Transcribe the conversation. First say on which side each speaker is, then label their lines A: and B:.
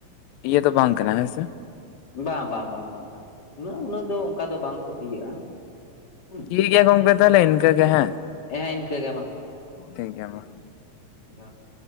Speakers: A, on the left; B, on the left.
A: ᱤᱭᱟ ᱫᱚ ᱵᱟᱝ ᱠᱟᱱᱟ ᱦᱮᱸ ᱥᱮ
B: ᱵᱟᱝ ᱵᱟᱝ ᱵᱟᱝ ᱵᱟᱝ ᱵᱟᱝ ᱩᱱᱟᱹᱜ ᱩᱱᱟᱹᱜ ᱫᱚ ᱚᱱᱠᱟ ᱫᱚ ᱵᱟᱝ ᱠᱚ ᱤᱭᱟᱹᱜᱼᱟ ᱦᱩᱸ
A: ᱴᱷᱤᱠ ᱜᱮᱭᱟ ᱜᱚᱝᱠᱮ ᱛᱟᱦᱚᱞᱮ ᱤᱱᱠᱟᱹ ᱜᱮ ᱦᱮᱸ
B: ᱮᱻᱸ ᱤᱱᱠᱟᱹ ᱜᱮ ᱢᱟ
A: ᱴᱷᱤᱜ ᱜᱮᱭᱟ ᱢᱟ
B: <unintelligible>